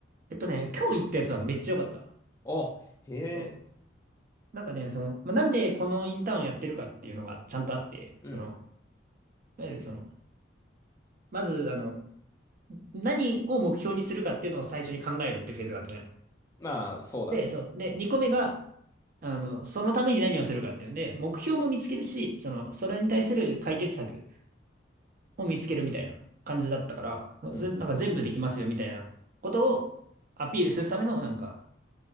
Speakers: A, on the right; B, on the left.
A: えっとね、今日行ったやつはめっちゃ良かった。
B: お、へえ、
A: そう。なんかね、その、まあ、なんでこのインターンやってるかっていうのがちゃんとあって、
B: うん。
A: その、いわゆるその、まず、あの、何を目標にするかっていうのを最初に考えるっていうフェーズがあったね。
B: まあ、そうだね。
A: で、そう。で、2個目が、あの、そのために何をするかっていうんで、目標も見つけるし、その、それに対する解決策も見つけるみたいな感じだったから、
B: うん。
A: それなんか全部できますよみたいなことをアピールするための、なんか、